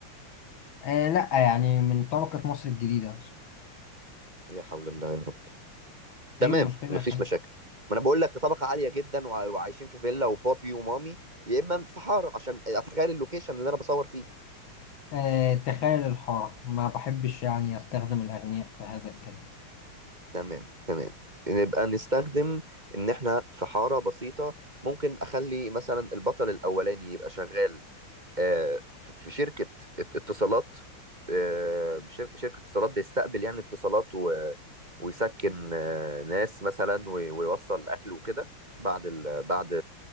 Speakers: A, on the left; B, on the right.
A: آه لا يعني من طبقة مصر الجديدة
B: يا حول الله يا رب تمام
A: ايه المشكلة
B: مفيش
A: يا فندم
B: مشاكل ما أنا بقول لك طبقة عالية جدا وع- وعايشين في فيلا وبابي ومامي يا إما في حارة عشان أتخيل اللوكيشن اللي أنا بصور فيه
A: آه تخيل الحارة ما بحبش يعني استخدم الأغنياء في هذا الكلام
B: تمام تمام نبقى نستخدم ان احنا في حارة بسيطة ممكن اخلي مثلا البطل الاولاني يبقى شغال آه، في في شركة ات- اتصالات آه، شر- شركة اتصالات بيستقبل يعني اتصالات و- ويسكن آه، ناس مثلا وي- ويوصل اكل وكده بعد ال... بعد